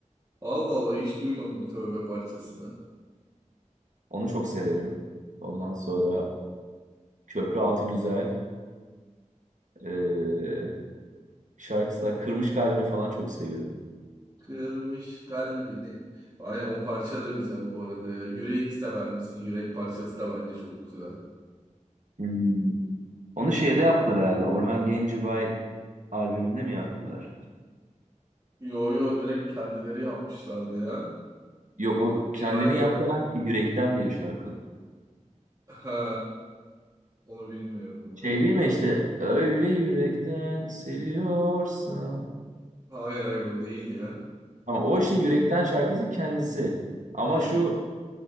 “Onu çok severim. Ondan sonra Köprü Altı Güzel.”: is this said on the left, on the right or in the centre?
Right